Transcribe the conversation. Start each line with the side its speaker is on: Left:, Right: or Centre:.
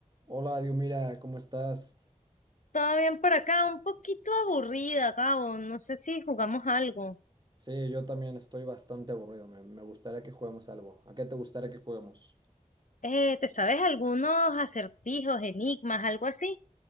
Right: Hola, Dios, mira, ¿cómo estás?
Left: Todo bien por acá, un poquito aburrida, Gabo. No sé si jugamos algo.
Right: Sí, yo también estoy bastante aburrido. Me, me gustaría que juguemos algo. ¿A qué te gustaría que juguemos?
Left: Eh, ¿te sabes algunos acertijos, enigmas, algo así?